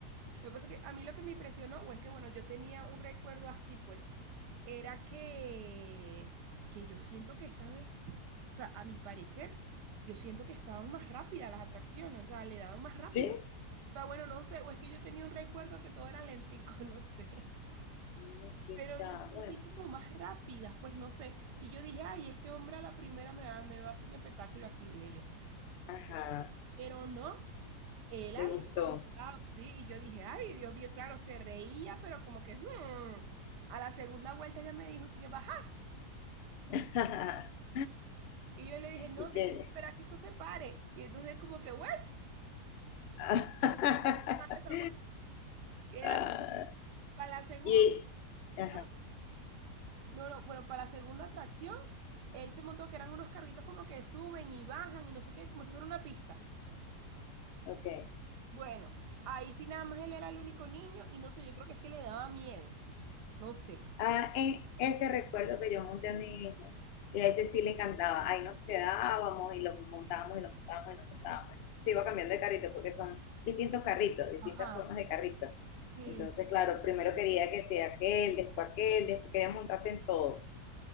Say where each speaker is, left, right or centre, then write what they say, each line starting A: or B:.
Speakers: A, on the right (about 85°); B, on the left (about 80°).
A: Lo que pasa es que a mí lo que me impresionó, o es que, bueno, yo tenía un recuerdo así, pues, era que, que yo siento que esta vez, o sea, a mi parecer, yo siento que estaban más rápidas las atracciones, o sea, le daban más rápido.
B: Sí,
A: O sea, bueno, no sé, o es que yo tenía un recuerdo que todo era lentico, <laughs> no sé.
B: Mm, quizá,
A: Pero yo sí las
B: bueno,
A: vi como más rápidas, pues no sé. Y yo dije, ay, este hombre a la primera me va, me va a hacer un espectáculo aquí, dije yo.
B: ajá,
A: Pero no, él ahí
B: le gustó.
A: montado, sí. Y yo dije, ay, Dios mío, claro, se reía, pero como que, hmm. A la segunda vuelta ya me dijo que, que bajar.
B: <laughs>
A: Y yo le dije, no,
B: Y
A: te
B: que,
A: tienes que esperar a que eso se pare. Y entonces como que, bueno,
B: <laughs>
A: le tocó quedarse.
B: ah,
A: Para la segunda,
B: y, ajá,
A: ¿ah? no, no, bueno, para la segunda atracción, él se montó que eran unos carritos como que suben y bajan y no sé qué, como si fuera una pista.
B: ok.
A: Bueno, ahí sí nada más él era el único niño y no sé, yo creo que es que le daba miedo, no sé.
B: Ah, eh, ese recuerdo que yo monté a mi hijo, y a ese sí le encantaba, ahí nos quedábamos y lo montábamos y lo montábamos y lo montábamos. Entonces se iba cambiando de carrito porque son distintos carritos, distintas
A: Ajá,
B: formas de carritos
A: sí.
B: Entonces, claro, primero quería que sea aquel, después aquel, después quería montarse en todo.